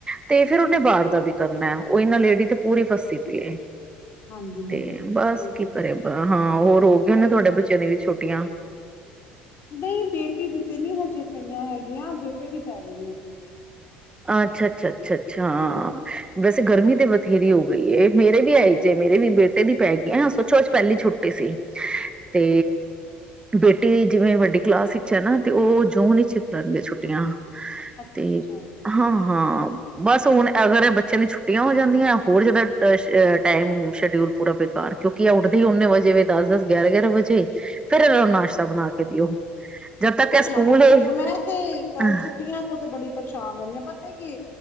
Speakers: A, on the right; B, on the left.
A: ਤੇ ਫੇਰ ਉਹਨੇ ਬਾਹਰ ਦਾ ਵੀ ਕਰਨੈ, ਔਏਨਾਂ ਲੇਡੀ ਤੇ ਪੂਰੀ ਫਸੀ ਪੀਏ।
B: ਹਾਂਜੀ-ਹਾਂਜੀ
A: ਤੇ ਬਸ
B: ਸਹੀ
A: ਕੀ
B: ਗੱਲ
A: ਕਰੇ
B: ਏ।
A: ਬ ਹਾਂ, ਹੌਰ ਹੋ ਗਏ ਨੇ
B: ਸਹੀ
A: ਤੁਹਾਡੇ
B: ਗੱਲ
A: ਬੱਚਿਆਂ ਦੀ ਵੀ ਛੁਟ ਟੀਆਂ।
B: ਨਹੀਂ, ਬੇਟੀ ਦੀਤੇ ਨੀ ਹਜੇ। ਪਈਆਂ ਹੈਗੀਆਂ ਬੇਟੇ ਦੀ ਪੈ ਗਈਐ ਜੀ।
A: ਅੱਛਾ ਅੱਛਾ ਅੱਛਾ ਅੱਛਾ। ਹਾਂ, ਵੈਸੇ ਗਰਮੀ ਤੇ ਬਥੇਰੀ ਹੋ ਗਈ ਏ, ਮੇਰੇ ਵੀ ਐਈ ਜੇ ਮੇਰੇ ਵੀ ਬੇਟੇ ਦੀ ਪੈ ਗਈਐ ਸੋਚੋੱ ਅਜ ਪੈਲੀ ਛੁੱਟੀ ਸੀ ਤੇ ਬੇਟੀ ਜਿਵੇਂ ਵੱਡੀ ਕਲਾਸ ਵਿੱਚ ਹੈ ਨਾ ਤੇ ਓਹ ਜੂਨ ਚ ਕਰਨਗੇ ਛੁੱਟੀਆਂ।
B: ਅੱਛਾ
A: ਤੇ
B: ਅੱਛਾ।
A: ਹਾਂ ਹਾਂ। ਬਸ, ਹੁਣ ਐ ਅਗਰ ਬੱਚਿਆਂ ਦੀ ਛੁੱਟੀਆਂ ਹੋ ਜਾਂਦੀਐ ਹੋਰ ਜਿਆਦਾ ਸ਼ ਟਾਈਮ ਸ਼ਡਿਊਲ ਪੂਰਾ ਬੇਕਾਰ ਕਿਉਂਕਿ ਇਹ ਉੱਠਦੇ ਹੀ ਓਨੇ ਵਜੇ ਦਸ ਦਸ ਗਿਆਰਾਂ ਗਿਆਰਾਂ ਵਜੇ ਫੇਰ ਏਹਨਾਂ ਨੂੰ ਨਾਸ਼ਤਾ ਬਣਾ ਕੇ ਦਿਓ। ਜਦ ਤੱਕ
B: ਕੁੱਛ
A: ਇਹ ਸਕੂਲ
B: ਨਾ ਪੁੱਛੋ, ਮੈਂ ਤੇ
A: ਏ
B: ਅਹ ਛੁੱਟੀਆਂ ਤੋਂ ਤੇ ਬੜੀ ਪਰੇਸ਼ਾਨ ਰਹਣੀ ਆ ਪਤਾ ਕੀ